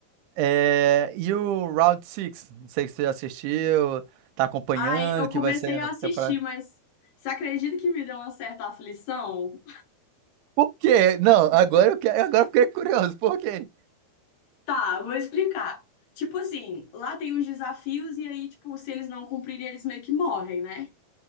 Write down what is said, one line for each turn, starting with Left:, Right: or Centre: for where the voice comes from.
Right: É, e o Round Six Não sei se você já assistiu, tá acompanhando,
Left: Aí eu
Right: que
Left: comecei
Right: vai sair
Left: a
Right: na
Left: assistir,
Right: temporada.
Left: mas você acredita que me deu uma certa aflição?
Right: Por quê? Não, agora eu quero, agora eu fiquei curioso. Por quê?
Left: Tá, vou explicar. Tipo assim, lá tem uns desafios e aí, tipo, se eles não cumprirem, eles meio que morrem, né?